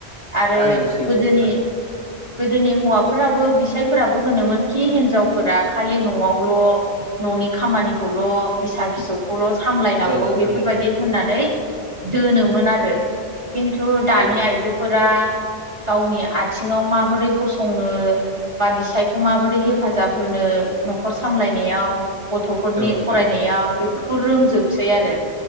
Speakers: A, on the right (about 30°); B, on the left (about 25°).
A: आरो
B: थारैनो सैथो
A: गोदोनि
B: नोंथां
A: गोदोनि हौवाफोराबो बिसायफोराबो होनोमोन खि हिनजावफोरा खालि न'आवल' न'नि खामानिखौल' फिसा फिसौ खौल' सामलायनांगौ
B: औ नोंथां
A: बेफोरबायदि
B: नंगौ
A: होननानै दोनोमोन आरो खिन्थु दानि
B: औ नोंथां
A: आइजोफोरा गावनि आथिङाव मा बोरै गंनो बा बिसाय खौ माबोरै हेफाजाब होनो न'खर सामलायनायाव गथ'फोरनि
B: औ नोंथां
A: फरायनायाव बे फोर रोंजोबसै आरो